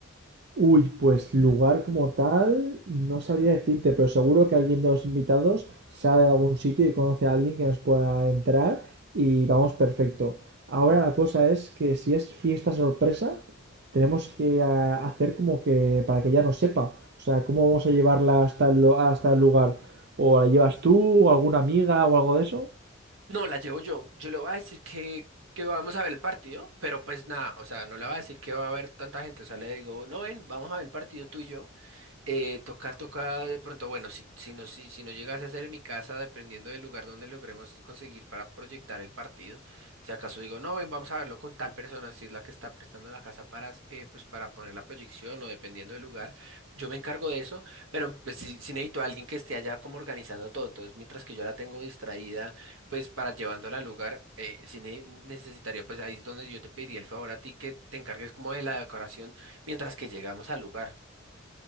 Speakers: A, on the right (about 55°); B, on the right (about 80°).
A: Uy, pues lugar como tal, no sabría decirte, pero seguro que alguien de los invitados sabe de algún sitio y conoce a alguien que nos pueda entrar y vamos perfecto. Ahora la cosa es que si es fiesta sorpresa, tenemos que ah, hacer como que para que ella no sepa. O sea, ¿cómo vamos a llevarla hasta el, lo- hasta el lugar? ¿O la llevas tú o alguna amiga o algo de eso?
B: No, la llevo yo. Yo le voy a decir que, que vamos a ver el partido, pero pues nada, o sea, no le voy a decir que va a haber tanta gente. O sea, le digo, no ven, vamos a ver el partido tú y yo. Eh, toca, toca de pronto, bueno, si, si no, si, si no llegase a ser en mi casa, dependiendo del lugar donde logremos conseguir para proyectar el partido, si acaso digo, no, ven, vamos a verlo con tal persona, si es la que está prestando la casa para, eh, pues, para poner la proyección o dependiendo del lugar, yo me encargo de eso, pero pues si, si necesito a alguien que esté allá como organizando todo, entonces mientras que yo la tengo distraída, pues para llevándola al lugar, eh, si ne- necesitaría, pues ahí es donde yo te pediría el favor a ti que te encargues como de la decoración mientras que llegamos al lugar.